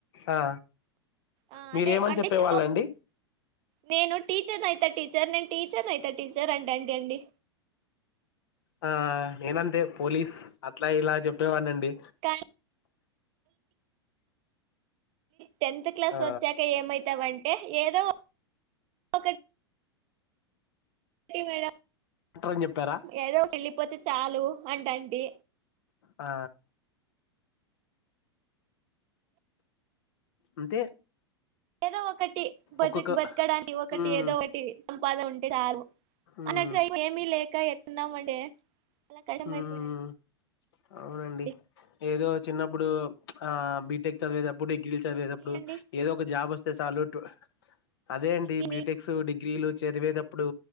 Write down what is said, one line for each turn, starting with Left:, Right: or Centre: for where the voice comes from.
Left: ఆ
Right: ఆ
Left: మీరు
Right: అదే
Left: ఏమని
Right: అంటే
Left: చెప్పేవాళ్లండి
Right: చిన్నప్పుడు నేను టీచర్ ని అయిత టీచర్ నేను టీచర్ ని అయిత <unintelligible> అండి
Left: ఆ నేనంతే పోలీస్ అట్లా ఇలా చెప్పేవాడిండి
Right: కల్ టెన్త్ క్లాస్
Left: ఆ
Right: వచ్చాక ఏమైతావంటే ఏదో ఒకటి మేడం
Left: డాక్టర్ అని చెప్పారా
Right: ఏదో సిల్లీ పోత చాలు అంటంటి
Left: ఆ అంతే
Right: ఏదో ఒకటి బతుక్
Left: ఒక్కొక్క
Right: బతకడానికి ఒకటి
Left: మ్మ్
Right: ఏదో ఒకటి <unintelligible>
Left: మ్మ్
Right: <unintelligible> ఏమీ లేక ఎట్లున్నాం అంటే అలా కష్టం
Left: మ్మ్
Right: అయిపోయినది
Left: అవునండి ఏదో చిన్నప్పుడు ఆ బీటెక్ చదివేటప్పటికీ డిగ్రీలు చదివేటప్పుడు
Right: మీరండి
Left: ఏదో ఒక జాబ్ వస్ చేసాలు టు అదే అండి
Right: మీకి
Left: బీటెక్సు
Right: మీ
Left: డి డిగ్రీలు చదివేది ఎప్పుడు